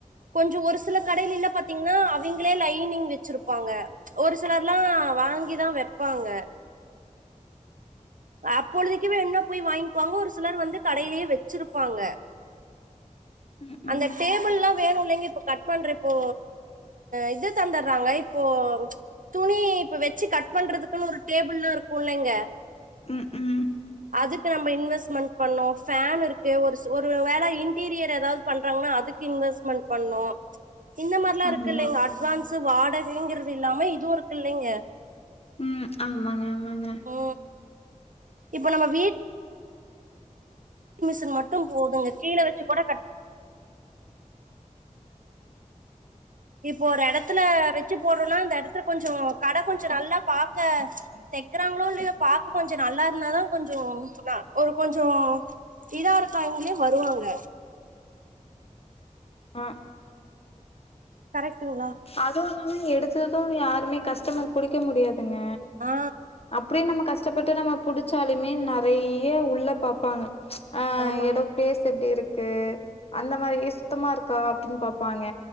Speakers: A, on the right; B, on the left.
A: கொஞ்சோ ஒரு சில கடைலல்ல பாத்தீங்கனா அவிங்களே லைனிங் வச்சிருப்பாங்க ஒரு சிலர்லா வாங்கிதா வப்பாங்க அப்பொழுதைக்குவேன்னா போய் வாங்கிக்குவாங்க ஒரு சிலர் வந்து கடைலயே வச்சிருப்பாங்க
B: ம், ம்.
A: அந்த டேபிள்ல்லா வேணுல்லைங்க இப்போ கட் பண்றப்போ இது தந்துறாங்க இப்போ துணி இப்ப வச்சு கட் பண்றதுக்குன் ஒரு டேபிள்னு இருக்குல்லங்க
B: ம் ம்
A: அதுக்கு நம்ம இன்வெஸ்ட்மெண்ட் பண்ணு ஃபேன் இருக்கு ஒரு ஒரு வேலை இன்டீரியர் எதாவது பண்றாங்கன்னா அதுக் கு இன்வெஸ்ட்மெண்ட் பண்ணு இந்த மாரில்லா
B: ஆமா.
A: இருக்குல்லங்க அட்வான்ஸ் வாடகைங்கிறது இல்லாம இதுவு இருக்குல்லங்க
B: ம் ஆமாங்க ஆமாங்க
A: ஓ இப்போ நம்ம வீட் மிஷின் மட்டு போது கீழ வச்சு கூட கட் இப்போ ஒரு இடத்துல வச்சு போடுறோனா அந்த இடத்துல கொஞ்சோ கடை கொஞ்சோ நல்லா பாக்க தைக்குறாங்களோ இல்லயோ பாக்க கொஞ்சோ நல்லா இருந்தாதா கொஞ்சோ ஒரு கொஞ்சோ இதா இருக்காங்களே வருவாங்க
B: ஆ
A: கரெக்டுங்ளா
B: அதுவு இல்லாம எடுத்தது யாருமே கஸ்டமர் புடிக்க முடியாதுங்க
A: ஆ
B: அப்டியே நம்ம கஷ்டப்பட்டு நம்ம புடிச்சாலுமே நெறைய உள்ள பாப்பாங்க ஆ
A: ஆமாங்க
B: எடோ பிளேஸ் எப்டி இருக் இருக்கு அந்த மாரி சுத்தமா இருக்கா அப்டின் பாப்பாங்க